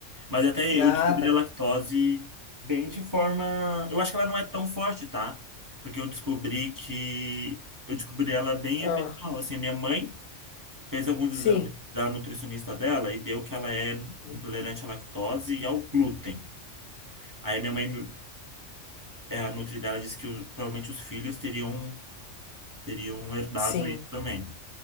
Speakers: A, on the right; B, on the left.
A: Mas até eu
B: Ah,
A: descobri
B: tá.
A: a lactose bem de forma. Eu acho que ela não é tão forte, tá? Porque eu descobri que. Eu descobri ela bem
B: Ah,
A: eventual. Assim, a minha mãe fez alguns
B: sim.
A: exames da nutricionista dela e deu que ela é
B: Uhum.
A: intolerante à lactose e ao glúten. Aí a minha mãe, me- é, a nutri dela, disse que o- provavelmente os filhos teriam, teriam herdado
B: Sim.
A: isso também.